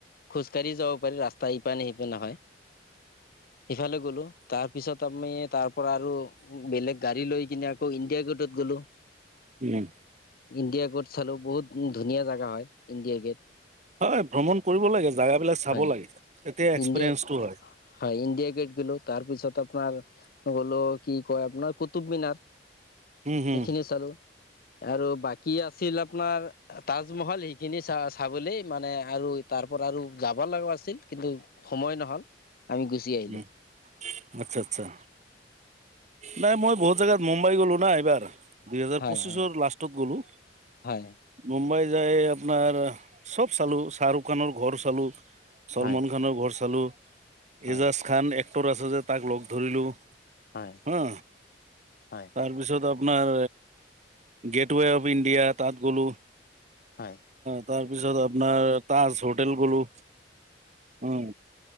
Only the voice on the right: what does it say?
উম
হয়, ভ্ৰমণ কৰিব লাগে, জেগা বিলাক চাব
লাগে। তেতিয়া এক্সপিৰিয়েঞ্চটো
হয়
উম হুম
উম, আচ্ছা, আচ্ছা। নাই মই বহুত জেগাত, মুম্বাই গ'লো না, এইবাৰ দুই হোজাৰ
পঁচিছৰ
লাষ্টত গ'লো
মুম্বাই য, আপোনাৰ চব চালো, শ্বাহৰুখ খানৰ ঘৰ চালো। চলমান
খানৰ ঘৰ চালো,
এজাজ খান এক্টৰ আছে যে, তাক লগ ধৰিলো।
হা,
তাৰপিছত আ আপোনাৰ গেটৱে অফ ইণ্ডিয়া তাত গ'লোঁ
তাৰ তাৰপিছত আপোনাৰ তাজ হোটেল গলো উম।